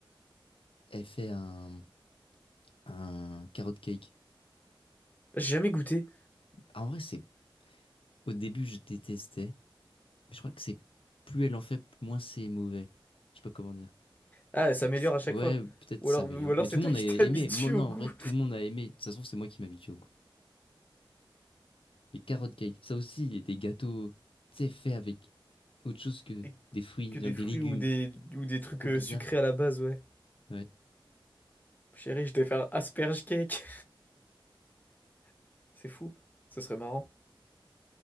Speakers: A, on the left (about 80°); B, on the left (about 20°).
A: elle fait un... un carrot cake.
B: J'ai jamais goûté.
A: En vrai, c'est au début, je détestais, mais je crois que c'est plus elle en fait, moins c'est mauvais. Je sais pas comment dire.
B: Ah, elle s'améliore
A: C'est-
B: à chaque
A: Ouais,
B: fois.
A: peut-être
B: Ou
A: ça
B: alors,
A: s'améliore.
B: ou alors
A: Mais
B: c'est
A: tout le
B: toi
A: monde
B: qui
A: a aimé.
B: <laughs> t'habitues
A: Moi, non,
B: au
A: en
B: goût.
A: vrai, tout le monde a aimé. De toute façon, c'est moi qui m'habitue au goût. Mais carrot cake, ça aussi, il y a des gâteaux, tu sais, faits avec autre chose que
B: Et
A: des fruits,
B: que des
A: genre des
B: fruits
A: légumes.
B: ou des, ou des
A: C'est
B: trucs
A: trop
B: euh,
A: bizarre.
B: sucrés à la base, ouais.
A: Ouais.
B: Chérie, je vais faire un asperge cake. <laughs> C'est fou. Ça serait marrant.